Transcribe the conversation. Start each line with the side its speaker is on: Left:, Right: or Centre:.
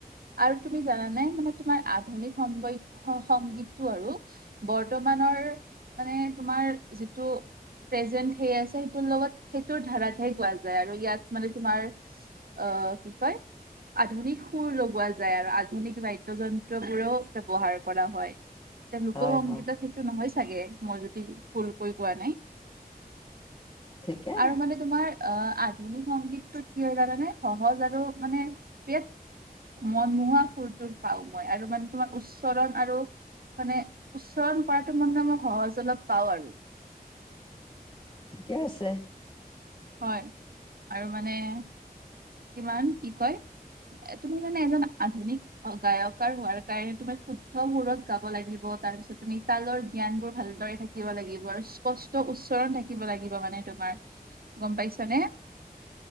Right: আৰু তুমি জানানে মানে তোমাৰ আধুনিক সংগ সংগীতটো আৰু বৰ্তমানৰ মানে তোমাৰ যিটো প্ৰেজেন্ট সেই আছে সেইটোৰ লগত সেইটোৰ ধাৰাতহে কোৱা যায় আৰু ইয়াত মানে তোমাৰ অ' কি কয় আধুনিক সুৰ লগোৱা যায় আৰু আধুনিক বাদ্য যন্ত্ৰ বোৰেও ব্যৱহাৰ কৰা হয়। <inaudible> এতিয়া লোকসংগীতত
Left: হয় হয়
Right: সেইটো নহয় চাগে মই যুদি ভুলকৈ কোৱা নাই।
Left: ঠিকে
Right: আৰু মানে তোমাৰ অ আধুনিক সংগীতটোত কি হয় জানা নে সহজ আৰু মানে বি মনমোহোৱা সুৰটো পাওঁ মই আৰু মানে তোমাৰ উচ্চৰণ আৰু মানে উচ্চৰণ কৰাটো মানে মই সহজ অলপ পাওঁ আৰু।
Left: ঠিকে আছে।
Right: হয় আৰু মানে কিমান কি কয় তুমি মানে এজন আধুনিক অ' গায়কাৰ হোৱাৰ কাৰণে তোমাৰ শুদ্ধ সুৰত গাব লাগিব, তাৰ পিছত তুমি তালৰ জ্ঞান বোৰ ভালদৰে থা কিব লাগিব আৰু স্পষ্ট উচ্চৰণ থাকিব লাগিব মানে তোমাৰ, গম পাইছা নে?